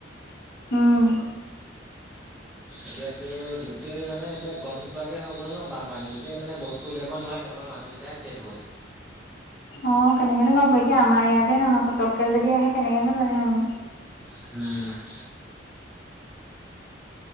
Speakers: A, on the left; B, in the centre.
A: উম।
B: এতিয়া তোৰ গোটেই মানে এতিয়া গম নোপোৱাকে হৈ গ'ল ন বানপানী গোটেই মানে বস্তু উলিয়াব নোৱাৰিলে অকল মানুহ কেইটা টা চেভ হ'ল।
A: অ কেনেকনো গম পাব, এতিয়া আমাৰ ইয়াতে নহয় ফটকে যদি আহে কেনেকেনো জানিম আমি।
B: উমঁ!